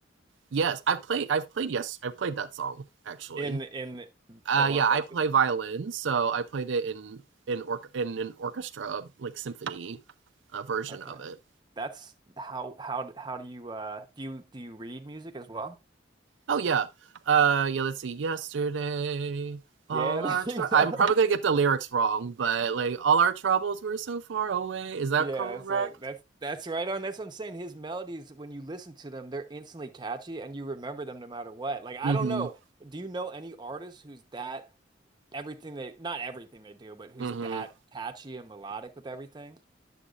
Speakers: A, on the right (about 70°); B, on the right (about 25°).
A: Yes, I've played I've played yes, I've played that song actually.
B: in in
A: Uh
B: the orchestra
A: yeah, I play
B: thing.
A: violin, so I played it in in or in an orchestra like symphony uh, version
B: Okay.
A: of it.
B: That's how how how do you uh do you do you read music as well?
A: Oh yeah. Uh yeah, let's see. Yesterday all
B: Yeah, <laughs> there
A: our tr-
B: you go.
A: I'm probably going to get the lyrics wrong, but like all our troubles were so far away. Is that
B: Yeah,
A: correct?
B: that's it. That's that's right on. That's what I'm saying. His melodies, when you listen to them, they're instantly catchy and you remember them no matter what. Like I
A: Mhm.
B: don't know. Do you know any artist who's that everything they not everything they do, but who's
A: Mhm.
B: that catchy and melodic with everything?